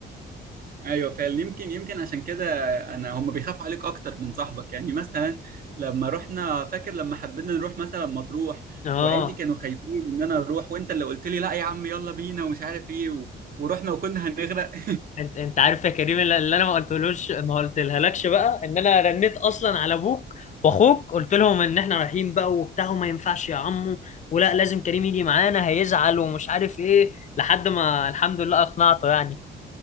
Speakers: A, on the right (about 45°); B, on the left (about 40°).
A: ايوه فعلا يمكن يمكن عشان كده انا هم بيخافوا عليك اكتر من صاحبك يعني مثلا لما رحنا فاكر لما حبينا نروح مثلا مطروح
B: اه
A: وعيلتي كانوا خايفين ان انا اروح وانت اللي قلت لي لا يا عم يلا بينا ومش عارف ايه و... ورحنا وكنا هنغرق <laughs>
B: انت انت عارف يا كريم اللي اللي انا ما قلتلوش ما قلتلهالكش بقى ان انا رنيت اصلا على ابوك واخوك قلت لهم ان احنا رايحين بقى وبتاع وما ينفعش يا عمو ولا لازم كريم يجي معانا هيزعل ومش عارف ايه لحد ما الحمد لله اقنعته يعني